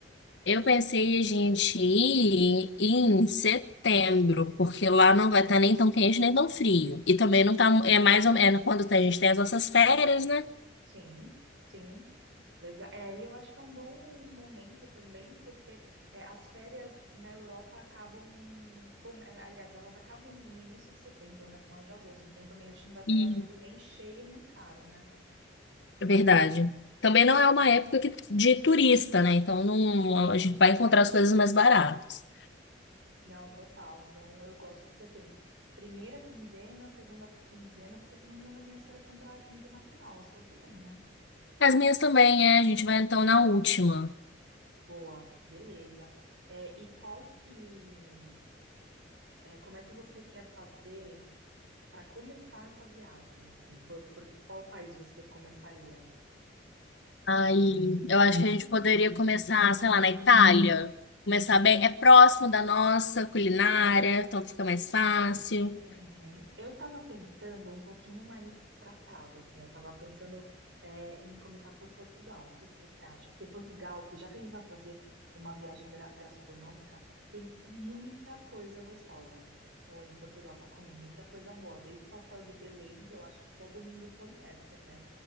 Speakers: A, on the left (about 70°); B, on the right (about 85°).
A: Eu pensei a gente ir em setembro, porque lá não vai estar nem tão quente nem tão frio. E também não tá, é mais ou menos quando a gente tem as nossas férias, né?
B: Sim, sim. Legal. É, e eu acho que é um bom momento também, porque é, as férias na Europa acabam, em- come- é, aliás, elas acabam em- no início de setembro, né, final de agosto. Então também a gente não vai pegar
A: E
B: tudo nem cheio nem caro, né?
A: É verdade. Também não é uma época que- de turista, né? Então não, a gente vai encontrar as coisas mais baratas.
B: Não, total. Então eu gosto de setembro. Primeira quinzena, segunda quinzena, porque se eu não me engano as minhas férias estão para a quinzena final, as suas também, né?
A: As minhas também, é. A gente vai então na última.
B: Boa, beleza. É, e qual que, é, como é que você quer fazer? para começar essa viagem, assim, por, por qual país você começaria?
A: Aí eu acho que a gente poderia começar, sei lá, na Itália. Começar bem. É próximo da nossa culinária, então fica mais fácil.
B: Uhum. Eu tava pensando um pouquinho mais para trás, assim, eu tava pensando é, em começar por Portugal. O que que você acha? Porque Portugal, já que a gente vai fazer uma viagem gra- gastronômica, tem muita coisa gostosa. Tipo, em Portugal para comer muita coisa boa, desde o pastel de Belém, que eu acho que todo mundo conhece, né?